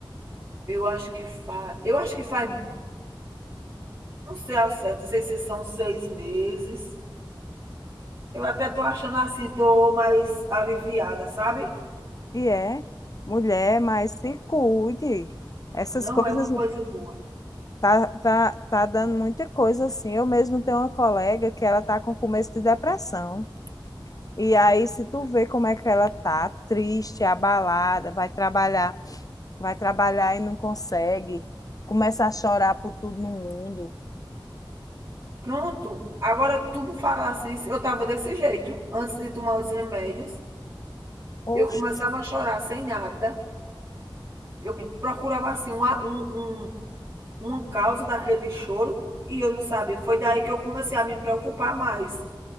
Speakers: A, on the right (about 35°); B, on the left (about 45°).
A: Eu acho que faz. Eu acho que faz. Não sei ao certo, não sei se são seis meses. Eu até estou achando assim, estou mais aliviada, sabe?
B: e é. Mulher, mas se cuide. Essas
A: Não
B: coisas
A: é uma coisa boa.
B: tá, tá, tá dando muita coisa assim. Eu mesmo tenho uma colega que ela tá com começo de depressão. E aí, se tu vê como é que ela tá, triste, abalada, vai trabalhar, vai trabalhar e não consegue, começa a chorar por tudo no mundo.
A: Pronto, agora tu me falasse isso, eu estava desse jeito, antes de tomar os remédios,
B: Oxe,
A: eu começava a chorar sem nada, eu procurava assim uma, um, um, uma causa daquele choro e eu não sabia. Foi daí que eu comecei a me preocupar mais.